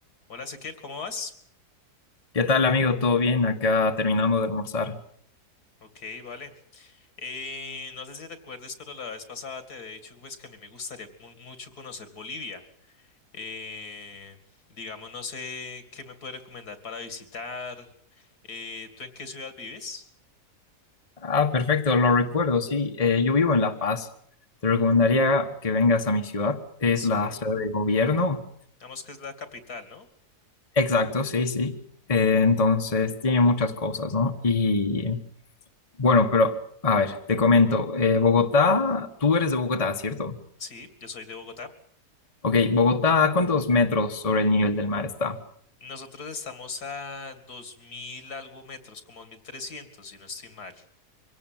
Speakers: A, on the left; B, on the left.
A: Hola Ezequiel, ¿cómo vas?
B: ¿Qué tal, amigo? ¿Todo bien? Acá terminando de almorzar.
A: Ok, vale. Eh, no sé si te acuerdas, pero la vez pasada te he dicho pues, que a mí me gustaría mu- mucho conocer Bolivia. Eh, digamos, no sé qué me puedes recomendar para visitar. Eh, ¿tú en qué ciudad vives?
B: Ah, perfecto, lo recuerdo, sí. Eh, yo vivo en La Paz. Te recomendaría que vengas a mi ciudad. Es
A: Sí,
B: la sede de gobierno.
A: digamos que es la capital, ¿no?
B: Exacto, sí, sí. Eh, entonces, tiene muchas cosas, ¿no? Y bueno, pero a ver, te comento. Eh, Bogotá, tú eres de Bogotá, ¿cierto?
A: Sí, yo soy de Bogotá.
B: Ok, Bogotá, ¿cuántos metros sobre el nivel del mar está?
A: Nosotros estamos a 2000 algo metros, como 2300, si no estoy mal.